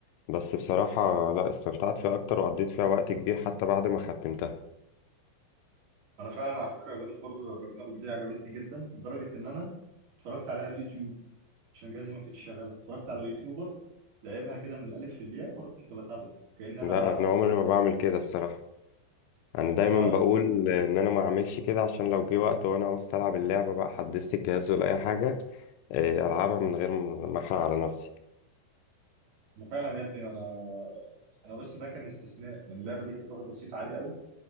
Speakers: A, on the left; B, on the right.
A: بس بصراحه لا استمتعت فيها اكتر وقضيت فيها وقت كبير حتى بعد ما ختمتها
B: انا فعلا على فكره جاد فور راجناروك دي عجبتني جدا لدرجه ان انا اتفرجت عليها على اليوتيوب عشان جهازي ما كانش شغال اتفرجت على يوتيوبر لعبها كده من الالف للياء وانا كنت بتابعه كاني انا
A: لا
B: بلعبها
A: انا
B: بالظبط
A: عمري ما بعمل
B: بس
A: كده بصراحه انا
B: ان
A: دايما
B: هو
A: بقول ان انا ما اعملش كده عشان لو جه وقت وانا عاوز العب اللعبه بقى حدثت الجهاز ولا اي حاجه آه، العبها من غير ما احرق على نفسي
B: ما فعلا يا ابني انا انا بس ده كان استثناء لان اللعبه دي كانت واخده صيت عالي قوي